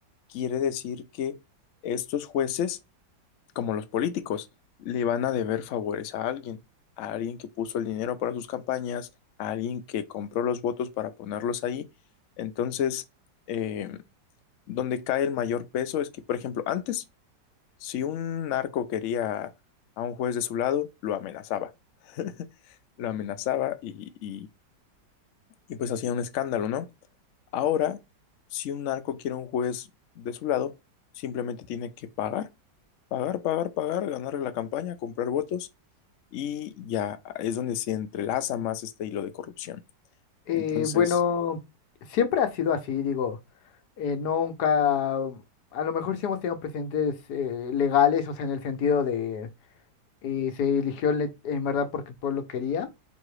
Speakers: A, on the left (about 80°); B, on the left (about 65°).
A: quiere decir que estos jueces, como los políticos, le van a deber favores a alguien, a alguien que puso el dinero para sus campañas, a alguien que compró los votos para ponerlos ahí. Entonces, em, donde cae el mayor peso es que, por ejemplo, antes, si un narco quería a un juez de su lado, lo amenazaba. <laughs> Lo amenazaba y, y- y, pues hacía un escándalo, ¿no? Ahora, si un narco quiere a un juez de su lado, simplemente tiene que pagar, pagar, pagar, pagar, ganarle la campaña, comprar votos y ya es donde se entrelaza más este hilo de corrupción.
B: Eh,
A: Entonces,
B: bueno, siempre ha sido así, digo, eh, nunca, a lo mejor sí hemos tenido presidentes eh, legales, o sea, en el sentido de eh, se eligió le- en verdad porque el pueblo quería.